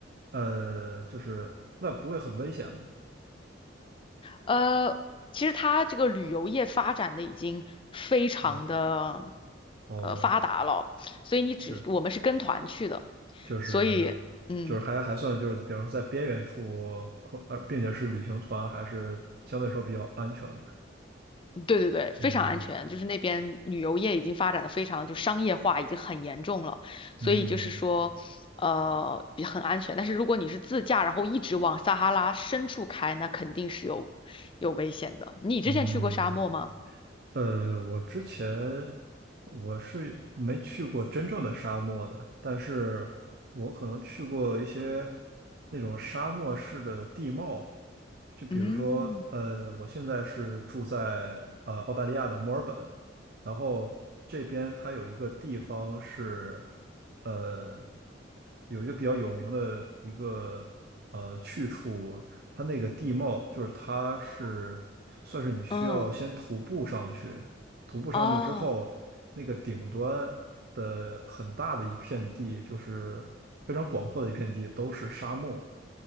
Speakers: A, on the right; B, on the left.
A: 呃，就是那不会很危险吗？
B: 呃，其实它这个旅游业发展的已经非常的
A: 嗯，哦，
B: 呃发达了，所以你只我们是跟团去的，
A: 就就是就是还还算就是，
B: 所以嗯，
A: 比方说在边缘处，或呃，并且是旅行团，还是相对来说比较安全的。
B: 对对对，非常安全。
A: 嗯
B: 就是那边旅游业已经发展的非常就商业化，已经很严重了，所以就是说呃也很安全。
A: 嗯
B: 但是如果你是自驾，然后一直往撒哈拉深处开，那肯定是有有危险的。你之前去过沙漠吗？
A: 嗯。呃，我之前我是没去过真正的沙漠的，但是我可能去过一些那种沙漠式的地貌，就比如说，
B: 嗯，
A: 呃，我现在是住在呃澳大利亚的墨尔本，然后这边它有一个地方是，呃，有一个比较有名的一个呃去处它那个地貌就是它是算是你需要先徒步上去，
B: 嗯，
A: 徒步上去之后，
B: 哦，
A: 那个顶端的很大的一片地，就是非常广阔的一片地，都是沙漠。